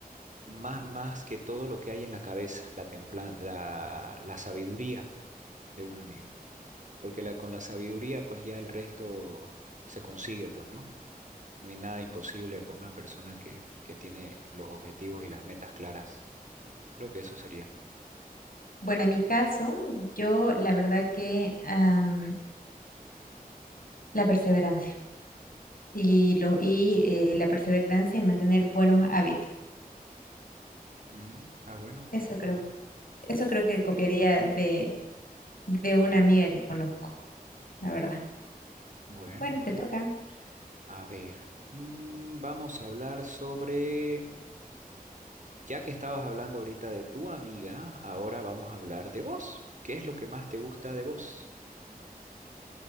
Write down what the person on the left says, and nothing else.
Bueno, en mi caso, yo la verdad que am, la perseverancia y, lo, y eh, la perseverancia en mantener buenos hábitos.
Eso
creo,
eso creo que copiaría de, de una amiga que conozco,
la verdad.
Bueno,
te toca.